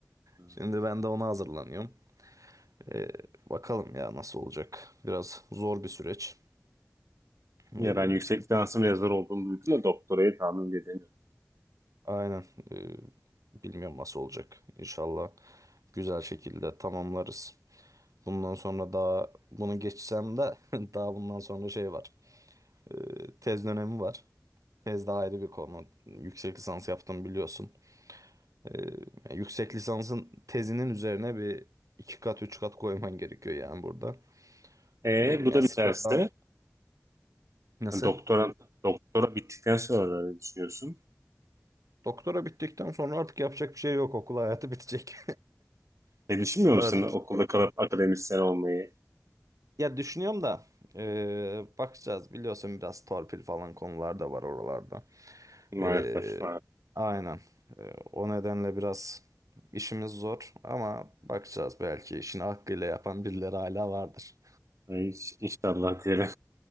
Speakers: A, on the right; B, on the right.
A: Hı.
B: Şimdi ben de ona hazırlanıyorum. E, bakalım ya nasıl olacak. Biraz zor bir süreç. E,
A: Ya ben yüksek lisansım yazar olduğunu duydum da doktorayı tahmin edemiyorum.
B: aynen. E, bilmiyorum nasıl olacak. İnşallah güzel şekilde tamamlarız. Bundan sonra daha bunu geçsem de <laughs> daha bundan sonra şey var. Ee, tez dönemi var. Tez daha ayrı bir konu. Yüksek lisans yaptım biliyorsun. Ee, yani yüksek lisansın tezinin üzerine bir iki kat üç kat koyman gerekiyor yani burada.
A: E,
B: Ee,
A: bu
B: yani
A: da biterse
B: sıfırdan nasıl?
A: doktora doktora bittikten sonra ne düşünüyorsun?
B: Doktora bittikten sonra artık yapacak bir şey yok. Okul hayatı bitecek.
A: Ne düşünmüyor
B: <laughs> Artık.
A: musun okulda kalıp akademisyen olmayı?
B: Ya düşünüyorum da ee, bakacağız biliyorsun biraz torpil falan konular da var oralarda.
A: Maalesef.
B: Ee,
A: Ha.
B: aynen. Ee, o nedenle biraz işimiz zor ama bakacağız belki işini hakkıyla yapan birileri hala vardır.
A: Hiç, inşallah diyelim.